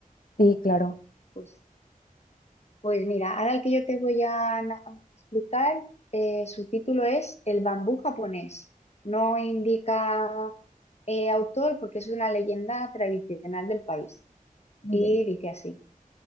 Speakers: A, on the left; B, on the left.
A: Sí, claro,
B: Pues, pues mira, ahora el que yo te voy a na- a explicar, eh, su título es El bambú japonés. No indica eh, autor porque es una leyenda tradicional del país.
A: muy
B: Y
A: bien.
B: dice así.